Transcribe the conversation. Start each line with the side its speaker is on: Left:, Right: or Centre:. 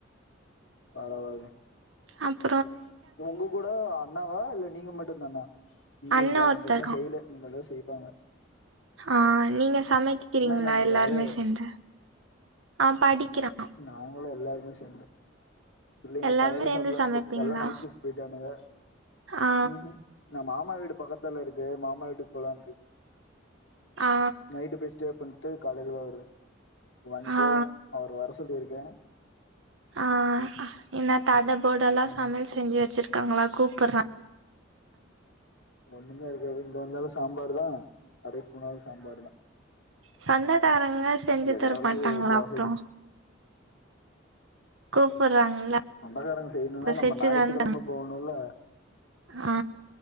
Left: பரவாலங்
Right: அப்
Left: உங்க கூட அண்ணாவா இல்ல நீங்க மட்டுந்தானா இங்கீங்ளா
Right: அண்ண ஒருத்த
Left: இங்க
Right: இருக்கா
Left: இன்னு செய்ல இனிமேதா செய் போங்க
Right: ஆ நீங்க சமைக்கிறீங்களா
Left: என்ன பண்றாரு
Right: எல்லாருமே சேந்து ஆ படிக்கிறான்
Left: நாங்களு எல்லாருமே சேந்து இல்லைங்க
Right: எல்லாருமே
Left: கடையில
Right: சேந்து
Left: சாப்லான்ட்டு
Right: சமைப்பீங்களா
Left: எல்லா நைட் சிஃப்ட் போய்ட்டானுங்க
Right: ஆ
Left: ம்ஹும் நா மாமா வீடு பக்கத்தால இருக்கு மாமா நைட்டுக்கு போலான்ட்டு
Right: ஆ
Left: நைட்டு போய் ஸ்டே பண்ட்டு காலைலதா வருவ வன்
Right: ஆ
Left: போகுணு அவர் வர சொல்லிருக்கே
Right: ஆ என்ன தடபுடலா
Left: ம்
Right: சமையல் செஞ்சு வெச்சிரு ட்டாங்ளா கூப்பறாங்க
Left: ஒண்ணுமே இருக்காது இங்க வந்தாலு சாம்பாருதா கடைக்கு போனாலு சாம்பாருதா
Right: சொந்தகாரங்க செஞ்சு
Left: ஏதாவது
Right: தரமாட்டாங்ளா
Left: தோசை
Right: அப்றோ கூப்புட்றாங்களா
Left: சொந்தகாரங்க செய்யணுனா
Right: அப்ப
Left: நம்ம
Right: செஞ்சு
Left: ஞாயித்துக்கெழம
Right: தான தராங்க
Left: போணுல்ல
Right: ஆ